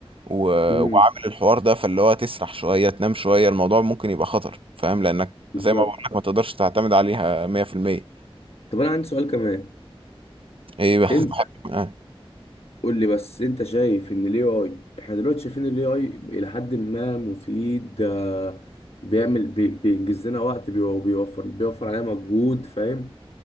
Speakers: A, on the right (about 65°); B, on the left (about 90°).
A: و...
B: امم
A: وعامل الحوار ده فاللي هو تسرح شوية تنام شوية الموضوع ممكن يبقى خطر فاهم لأنك
B: بالظبط
A: زي ما بقولك ما تقدرش تعتمد عليها 100%
B: طب انا عندي سؤال كمان
A: ايه بقى <laughs>
B: انت
A: بحب آه.
B: قول لي بس انت شايف ان الاي اي احنا دلوقتي شايفين الاي اي الى حد ما مفيد آه، بيعمل بي- بينجز لنا وقت بيو- بيوفر بيوفر علينا مجهود فاهم